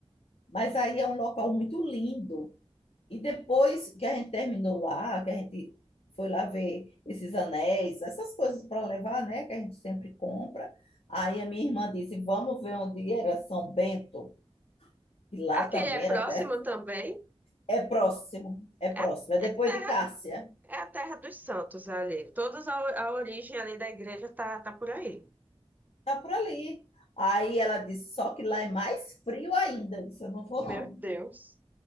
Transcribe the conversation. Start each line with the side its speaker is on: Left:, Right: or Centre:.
Left: Mas aí é um local muito lindo. E depois que a gente terminou lá, que a gente foi lá ver esses anéis, essas coisas para levar, né? Que a gente sempre compra. Aí a minha irmã disse: Vamos ver onde era São Bento. E lá
Right: Aquele
Left: também
Right: é
Left: era
Right: próximo
Left: até.
Right: também?
Left: É próximo, é próximo.
Right: É,
Left: É depois
Right: é a terra,
Left: de Cássia.
Right: é a terra dos santos ali. Todas a, a origem ali da igreja tá, tá por aí.
Left: Tá por ali. Aí ela disse, só que lá é mais frio ainda. Eu disse, eu não vou,
Right: Meu
Left: não.
Right: Deus.